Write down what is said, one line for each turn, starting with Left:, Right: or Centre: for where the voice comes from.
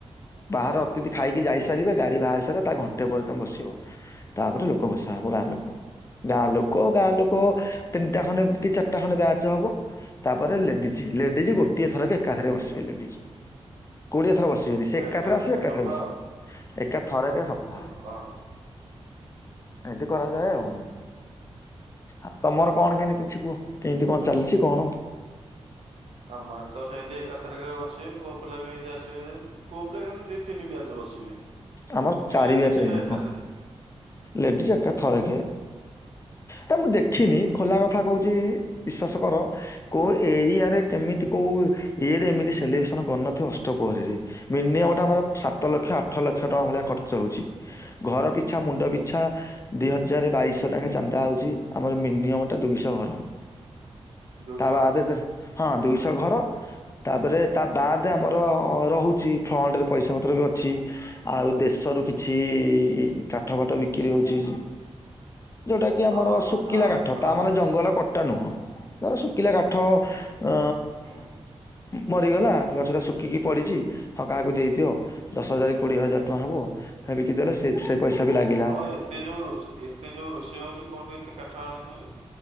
Left: ବାହହାର ଅତିଥି ଖାଇକି ଯାଇସାରିବେ ଗାଡି ବାହାରି ସାରିବ ତା ଘଣ୍ଟେପରେ ତମେ ବସିବ। ତାପରେ ଲୋକ ବସା ହବ ଗାଁ ଲୋକ। ଗାଁ ଲୋକ ଗାଁ ଲୋକ ତିନିଟା ଖଣ୍ଡେ କି ଚାରିଟା ଖଣ୍ଡେ ବ୍ୟାଚ ହବ। ତାପରେ ଲେଡିଜ ଲେଡିଜ ଗୋଟିଏ ଥରକ ଏକାଥରେ ବସିବେ ଲେଡିଜ। କୋଡିଏ ଥର ବସିବେନି ସେ ଏକା
Right: ଏକାଥରକେ
Left: ଥରେ ଆସିବେ ଏକା
Right: ସଫା
Left: ଥରେ ବସିବେ ଏକା ଥରେକେ ସଫା।
Right: ଅ।
Left: ଏମିତି କରାଯାଏ
Right: ହୁଁ
Left: ଆଉ।
Right: ହୁଁ
Left: ଆଉ ତମର କଣ କେମିତି କିଛି କୁହ କେମିତି କଣ ଚାଲିଚି କଣ?
Right: ଆମ ଆଡେ ତ ସେମିତି ଏକାଥରକେ ବସିବେ ପୁଅ ପିଲା ବି ଏମିତି ଆସିବେ ପୁଅ ପିଲା କିନ୍ତୁ ଦି ତିନି ବ୍ୟାଚ ବସିବେ କିନ୍ତୁ
Left: ଆମର ଚାରି
Right: ଲେଡିଜିଟା
Left: ବ୍ୟାଚ୍ ହେଇଯାଏ
Right: ଏକାଥରକେ।
Left: ହଁ ଲେଡିଜ ଏକା ଥରକେ। ନାଁ ମୁଁ ଦେଖିନି ଖୋଲା କଥା କୋହଚି ବିଶ୍ୱାସ କର। କୋଉ ଏରିଆରେ କେମିତି କୋଉ ଇଏରେ ଏମିତି ସେଲିବ୍ରେସନ କରିନଥିବ ଅଷ୍ଟପହରୀରେ। ମିନିମମ୍ ଟା ଆମର ସାତ
Right: ହୁଁ
Left: ଲକ୍ଷ ଆଠ ଲକ୍ଷ ଟଙ୍କା ଭଳିଆ ଖର୍ଚ୍ଚ ହୋଉଚି ଘର ପି ଛା ମୁଣ୍ଡ ପିଛା ଦି ହଜାର ବାଇଶହ ନାଖା ଚାନ୍ଦା ହୋଉଚି। ଆମର ମିନିମମ୍ ଟା ଦୁଇଶହ ଘର।
Right: ଦୁଇଶହ
Left: ତା ବାଦେ
Right: ଘର
Left: ହଁ ଦୁଇଶହ ଘର। ତାପରେ ତା ବାଦେ ଆମର ରହୁଛି ଫଣ୍ଡରେ ପଇସା ପତ୍ର ବି ଅଛି। ଆଉ ଦେଶରୁ
Right: ହୁଁ
Left: କିଛି କାଠ ବାଠ ବିକ୍ରି ହୋଉଚି। ଯୋଉଟା କି
Right: ହଁ
Left: ଆମର ଶୁଖିଲା କାଠ
Right: ହଁ
Left: ତାମାନେ ଜଙ୍ଗଲ କଟା ନୁହଁ। ତାର ଶୁଖିଲା କାଠ ଉ‍ଁ
Right: ହୁଁ
Left: ମରିଗଲା ଗଛ ଟା ଶୁଖିକି ପଡିଚି ହଁ କାହାକୁ ଦେଇଦିଅ। ଦଶ ହଜାର କୋଡିଏ ହଜାର ଟଙ୍କା ହବ ହେ ବିକିଦେଲେ ସେ ସେ ପଇଷା ବି ଲାଗିଲା।
Right: ତମର ଏତେ ଯୋଉ ରୋଷେ ଏତେ ଯୋଉ ରୋଷେଇ ହୋଉଚି କୋଉଠୁ ଏତେ କାଠ ଆଣୁଚନ୍ତି?